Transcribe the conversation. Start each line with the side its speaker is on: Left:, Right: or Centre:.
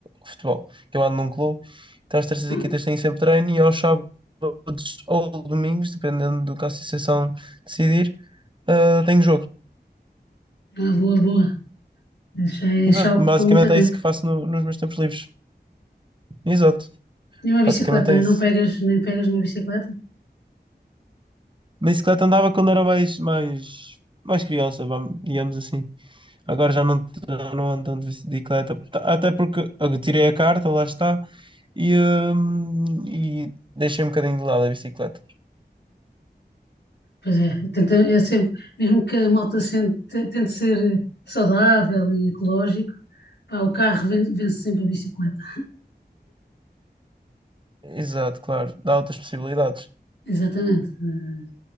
Right: futebol. Que eu ando num clube. Então às terças
Left: ah,
Right: e quintas tenho sempre treino e aos sábados ou domingos, dependendo do que a associação decidir, ah, tenho jogo.
Left: ah, boa, boa, Isso já, é-
Right: E
Left: isso
Right: pronto,
Left: já ocupa
Right: basicamente
Left: muito tempo.
Right: é isso que faço no- nos meus tempos livres. Exato.
Left: E uma bicicleta,
Right: Basicamente é
Left: não
Right: isso.
Left: pegas, nem pegas numa bicicleta?
Right: Bicicleta andava quando era mais, mais, mais criança, vamos, digamos assim. Agora já não, já não ando de bicicleta, tá- até porque eu tirei a carta, lá está, e, hum, e deixei um bocadinho de lado a bicicleta.
Left: Pois é, tenta, é sempre, mesmo que a malta sente- te- tente ser saudável e ecológico, pá, o carro ven- vence, sempre a bicicleta.
Right: Exato, claro, dá outras possibilidades.
Left: Exatamente. eh,